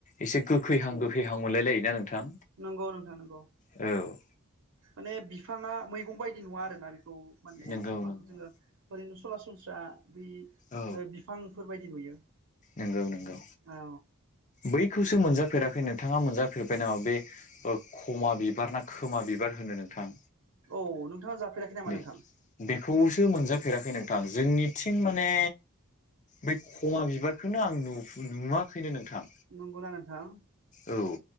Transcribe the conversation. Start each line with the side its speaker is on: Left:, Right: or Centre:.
Left: एसे
Right: औ
Left: गोखैहां गोखैहां मोनलाय लायोना नोंथां
Right: नंगौ नोंथां नंगौ
Left: औ
Right: माने बिफाङा मैगं बायदि नङा आरोना बेखौ माने
Left: नंगौ
Right: बिफांखौ
Left: नंगौ
Right: जोङो ओरैनो सरासनस्रा बै
Left: औ
Right: बिफांफोर बदि नुयो
Left: नंगौ नंगौ
Right: औ
Left: बैखौसो मोनजाफेराखै नोंथाङा मोनजाफेरबाय नामा बे खमा बिबार ना खोमा बिबार होनो नोंथां
Right: औ नोंथाङा जाफेराखै नामा
Left: नै
Right: नोंथां
Left: बेखौसो मोनजाफेराखै नोंथां जोंनिथिं माने बै खमा बिबार खौनो आं नुवाखैनो नोंथां
Right: नंगौना नोंथां
Left: औ